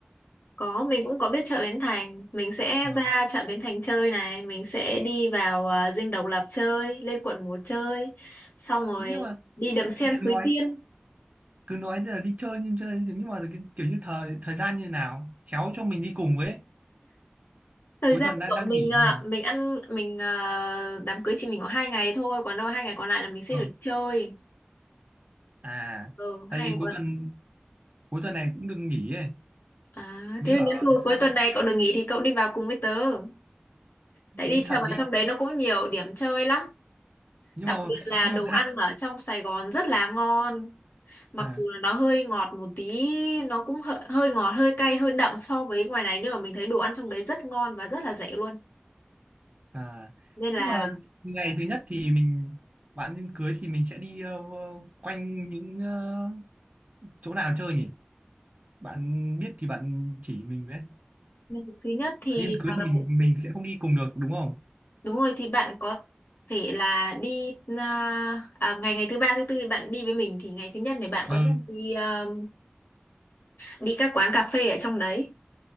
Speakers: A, on the left; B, on the right.
A: Có, mình cũng có biết chợ Bến Thành. Mình sẽ
B: Ờ.
A: ra chợ Bến Thành chơi này. Mình sẽ đi vào à, Dinh Độc Lập chơi, lên quận một chơi. Xong rồi
B: Thế nhưng mà
A: đi đầm sen
B: cứ
A: Suối
B: nói
A: Tiên.
B: cứ nói là đi chơi nhưng chơi nhưng mà cái, kiểu như thời thời gian như nào khéo cho mình đi cùng với
A: Thời
B: cuối
A: gian
B: tuần đang
A: của
B: đang
A: mình
B: nghỉ
A: à,
B: mà
A: mình ăn mình à, đám cưới chị mình có hai ngày thôi, còn đâu hai ngày còn lại là mình sẽ
B: Ờ.
A: được chơi.
B: à
A: Ừ,
B: tại
A: hai
B: vì
A: ngày
B: cuối
A: còn
B: tuần cuối tuần này cũng đừng nghỉ ấy
A: à,
B: mới
A: thế
B: ở
A: nếu như cuối
B: sang
A: tuần này cậu được nghỉ thì cậu đi vào cùng với tớ.
B: đi
A: Tại đi
B: thật
A: vào
B: đi
A: trong đấy nó cũng nhiều điểm chơi lắm.
B: nhưng
A: Đặc
B: mà
A: biệt là
B: nhưng
A: đồ
B: mà
A: ăn
B: hạn
A: ở trong Sài Gòn rất là ngon. mặc
B: à,
A: dù là nó hơi ngọt một tí nó cũng hơi, hơi ngọt hơi cay hơi đậm so với ngoài này nhưng mà mình thấy đồ ăn trong đấy rất ngon và rất là rẻ luôn
B: à
A: nên là
B: nhưng mà ngày thứ nhất thì mình bạn nên cưới thì mình sẽ đi ờ, quanh những ờ, chỗ nào chơi nhỉ bạn biết thì bạn chỉ mình đấy
A: ừ, thứ nhất thì
B: bạn điên cưới
A: ờ,
B: thì mình mình sẽ không đi cùng được đúng không
A: đúng rồi thì bạn có thể là đi à, à, ngày ngày thứ ba thứ tư thì bạn đi với mình thì ngày thứ nhất này bạn
B: ừ
A: có thể đi ờ, đi các quán cà phê ở trong đấy